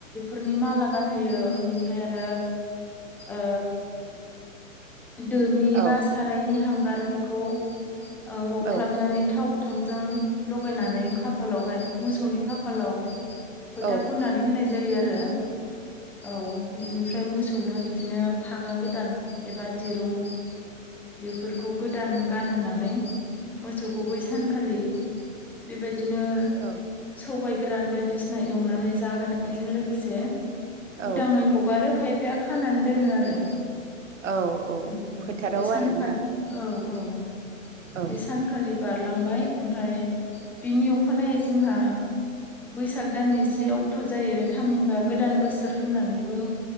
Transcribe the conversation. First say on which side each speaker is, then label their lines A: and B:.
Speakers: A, in the centre; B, on the right.
A: फोरनि माला गानहोयो इनिफ्राय आरो ओ दोनि
B: औ
A: बा सारायनि हांगार बेखौ ओ ह'ख्लाबनानै
B: औ
A: थाव गो गोथांजों ल'गायनानै खाफालावहाय मोसौनि खाफालाव खोथा
B: औ
A: फुननानै होनाय जायो आरो औ बिनिफ्राय मोसौनो बिदिनो फागा गोदान एबा दिरुं बेफोरखौ गोदान गानहोनानै मोसौखौ बै सानखालि बेबादिनो
B: औ
A: सबायाइ गोरान बायदिसिना एवनानै जाहोनायजों लोगोसे
B: औ
A: उदाङै हगा हगारो खायफाया खानानै दोनो आरो
B: औ
A: औ
B: फोथाराव
A: बे सानखाल
B: आरोना
A: औ औ
B: औ
A: बे सानखा खालि बारलांबाय ओमफाय बिनि अखानायै जोंहा बैसाग दाननि से अक्ट' जायो थामहिनबा गोदान बोसोर होननानैबो